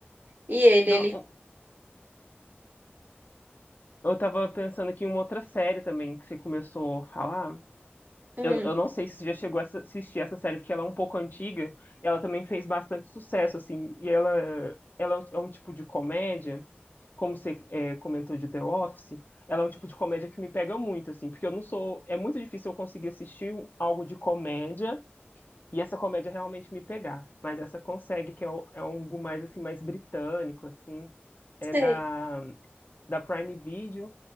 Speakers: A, on the right (about 50°); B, on the left (about 50°).
A: E ele,
B: Não,
A: ele.
B: um- eu tava pensando aqui em uma outra série também que você começou a falar.
A: Hum,
B: Eu, eu não sei se você já chegou a ass- assistir essa série, porque ela é um pouco antiga e ela também fez bastante sucesso, assim. E ela, ela é um é um tipo de comédia. como você é, comentou de The Office, ela é um tipo de comédia que me pega muito, assim, porque eu não sou. É muito difícil eu conseguir assistir um, algo de comédia e essa comédia realmente me pegar. Mas essa consegue, que é, o- é algo mais, assim, mais britânico, assim. É
A: sei.
B: da, da Prime Video,